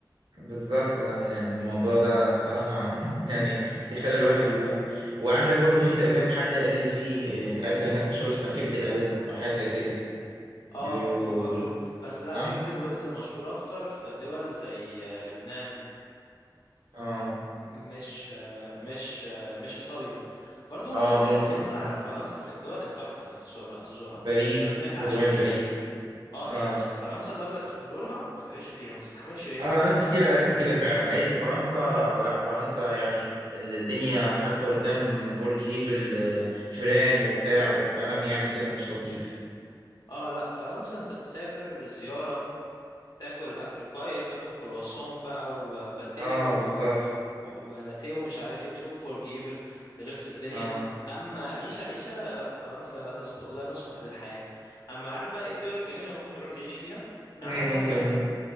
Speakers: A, on the right; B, on the left.
A: بالظبط يعني الموضوع ده بصراحة <laughs> يعني
B: ف...
A: تخلي الواحد
B: ف...
A: يجوع وعندك برضو في تقريبا حد قال لي في أكلة هناك مشهورة اسمها كبد الأوز أو حاجة زي كده
B: اه
A: بيقولوا
B: هم بياكلوا ك- بس لا
A: صح؟
B: كبد الوز مشهور أكتر في دول زي آه، لبنان
A: أه
B: مش آه، مش آه، مش إيطاليا برضو
A: أه
B: ممكن تسافر
A: ممكن
B: فرنسا عارف فرنسا من الدول التحفة إنك تزورها تزورها
A: باريس
B: بس ما يتعشي
A: وجمال
B: فيها
A: باريس
B: اه
A: اه
B: يعني فرنسا دولة تزورها ما تعيش فيها ما تستحملش العيشة
A: اه
B: فيها
A: ناس كتير قالت لي كده فعلا قالت لي فرنسا لا فرنسا يعني الدنيا حتى قدام برج ايفل آه، فيران وبتاع وكلام يعني كده مش لطيف
B: اه لا فرنسا انت تسافر زيارة تاكل اكل كويس تاكل كرواسون بقى وباتيه
A: اه
B: و...
A: بالظبط
B: و- ولاتيه ومش عارف ايه تشوف برج ايفل تلف الدنيا
A: اه
B: اما عيشة عيشة لا فرنسا لا تصلح لا تصلح للحياة اما عارف بقى ايه الدول الجميلة ممكن تروح تعيش فيها
A: هي
B: يعني عندك
A: ممكن
B: مثلا
A: ممكن